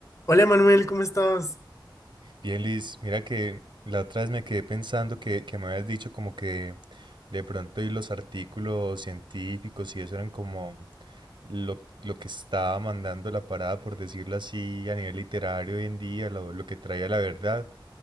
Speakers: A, on the left; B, on the right.
A: Hola Manuel, ¿cómo estás?
B: Bien, Liz, mira que la otra vez me quedé pensando que, que me habías dicho como que de pronto y los artículos científicos y eso eran como lo, lo que estaba mandando la parada, por decirlo así, a nivel literario hoy en día, lo, lo que traía la verdad.